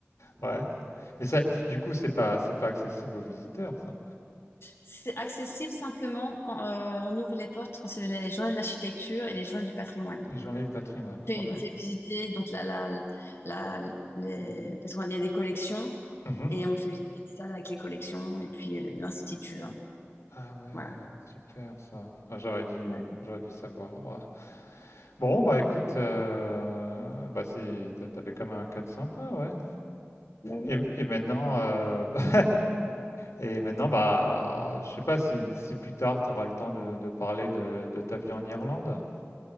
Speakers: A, on the left (about 80°); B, on the left (about 55°).
A: Ouais. Mais ça, c- du coup, c'est pas, c'est pas accessible aux visiteurs, ça.
B: C'est accessible simplement quand euh, on ouvre les portes, quand c'est les journées de l'architecture et les journées du patrimoine.
A: Les journées du patrimoine.
B: fait-
A: Ouais.
B: on fait visiter donc la, la, la- les... parce qu'il y a des collections
A: Mhm.
B: et on fait visiter ça avec les collections et puis euh, l'institut. hein.
A: Ah ouais,
B: Voilà.
A: super ça. Ah, j'aurais dû,
B: Voilà.
A: euh, j'aurais dû savoir. moi. Bon, bah écoute, euh, bah c'est, t'a- t'avais comme un cadre sympa, ouais.
B: Oui,
A: Et, et maintenant, euh, <laughs> bah, et maintenant, bah, je sais pas si, si plus tard tu auras le temps de, de parler de, de ta vie en Irlande.